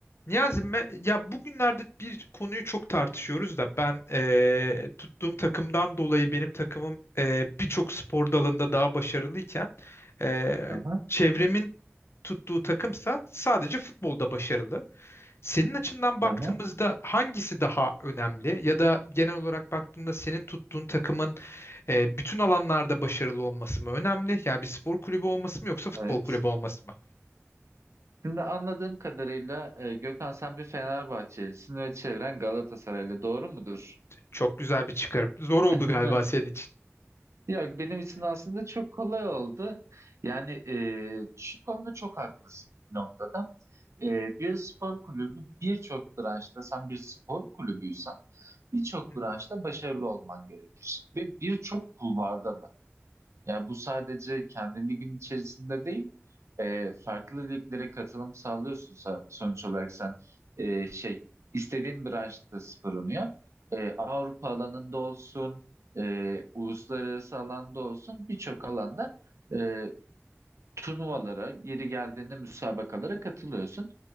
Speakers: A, on the left; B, on the right.
A: Niyazi, me- ya bugünlerde bir konuyu çok tartışıyoruz da ben eee, tuttuğum takımdan dolayı benim takımım eee, birçok spor dalında daha başarılıyken eee,
B: Aha,
A: çevremin tuttuğu takımsa sadece futbolda başarılı. Senin açından
B: aha,
A: baktığımızda hangisi daha önemli ya da genel olarak baktığında senin tuttuğun takımın eee, bütün alanlarda başarılı olması mı önemli? Yani bir spor kulübü olması mı yoksa futbol
B: evet.
A: kulübü olması mı?
B: Şimdi anladığım kadarıyla e, Gökhan sen bir Fenerbahçelisin ve çevren Galatasaraylı. Doğru mudur?
A: Çok güzel bir çıkarım. Zor oldu
B: <laughs>
A: galiba senin için.
B: Yok benim için aslında çok kolay oldu. Yani e, şu konuda çok haklısın bir noktada. E, bir spor kulübü birçok branşta sen bir spor kulübüysen birçok
A: <laughs>
B: branşta başarılı olman gerekir. Ve birçok kulvarda da. Yani bu sadece kendi ligin içerisinde değil, e, farklı liglere katılım sağlıyorsun sa- sonuç olarak sen E, şey istediğin branşta sporunu yap. E, Avrupa alanında olsun, e, uluslararası alanda olsun birçok alanda e, turnuvalara, yeri geldiğinde müsabakalara katılıyorsun.